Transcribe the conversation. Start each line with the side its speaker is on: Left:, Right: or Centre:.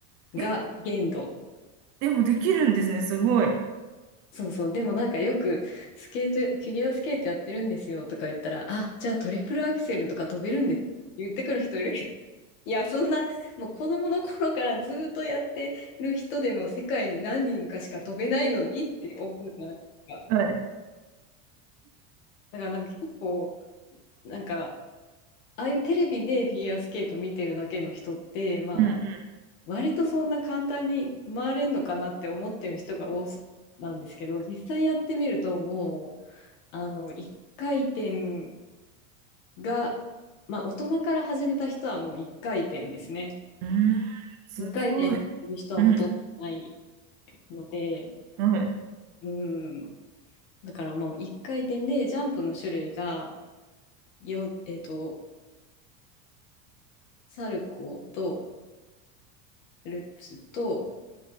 Left: が限度。
Right: え、でもできるんですね。すごい。
Left: そうそう。でもなんかよくスケート、フィギュアスケートやってるんですよとか言ったら、あ、じゃあトリプルアクセルとか飛べるんですって言ってくる人いるけど。<laughs> いや、そんな、もう子供の頃からずーっとやってる人でも世界に何人かしか飛べないのにって思うじゃないですか。
Right: はい。
Left: だからなんか結構、なんか、ああいうテレビでフィギュアスケート見てるだけの人って、まあ、
Right: うん
Left: 割とそんな簡単に回れるのかなって思ってる人が多そうなんですけど、実際やってみるともう、あの、1回転が、まあ大人から始めた人はもう1回転ですね。
Right: うん。うーん。すごい。
Left: 2回転っていう人はほとんどない
Right: うん。
Left: ので、
Right: はい。
Left: うん、だからもう1回転でジャンプの種類が、よ、えっと、サルコーと、ルップスと、